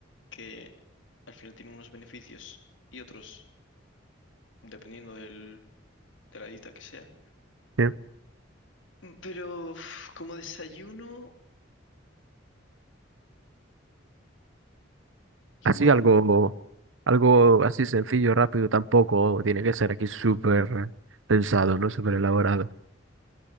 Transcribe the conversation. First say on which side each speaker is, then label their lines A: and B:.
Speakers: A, on the left; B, on the right.
A: que al final tiene unos beneficios y otros dependiendo del, de la dieta que sea.
B: ¿sí?
A: Mm, Pero uf, como desayuno, igual
B: Así algo,
A: un,
B: algo así sencillo, rápido, tampoco tiene que ser aquí súper pensado, ¿no? Súper elaborado.